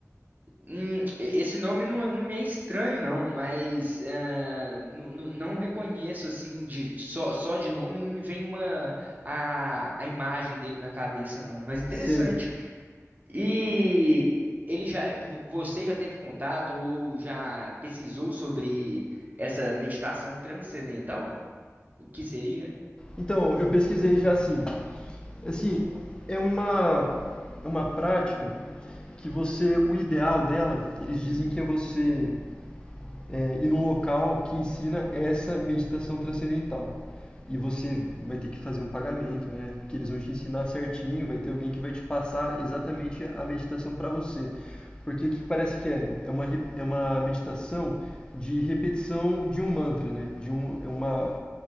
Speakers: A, on the right; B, on the left.
A: Hum, e- esse nome não, é- não me é estranho, não, mas é, nu- nu- não reconheço, assim, de, de- só, só de nome não me vem uma, a, a imagem dele na cabeça, não. Mas interessante.
B: Sei.
A: E ele já, vo- você já teve contato ou já pesquisou sobre essa meditação transcendental? O que seria?
B: Então, eu pesquisei já assim. Assim, é uma é uma prática que você, o ideal dela, eles dizem que é você é, ir num local que ensina essa meditação transcendental. e você vai ter que fazer um pagamento, né? Porque eles vão te ensinar certinho, vai ter alguém que vai te passar exatamente a meditação para você. Porque o que parece que é? É uma, re- é uma meditação de repetição de um mantra, né? De um, é uma,